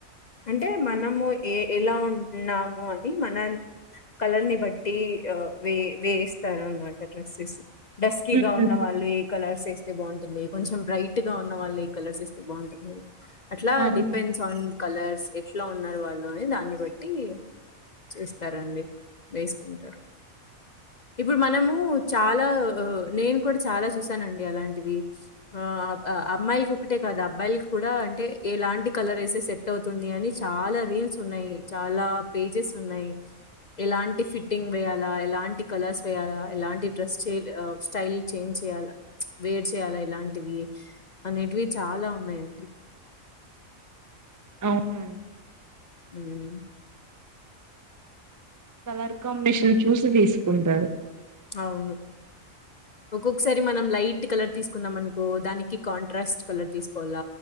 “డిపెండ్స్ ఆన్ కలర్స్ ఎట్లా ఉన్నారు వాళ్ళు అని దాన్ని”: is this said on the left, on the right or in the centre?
Left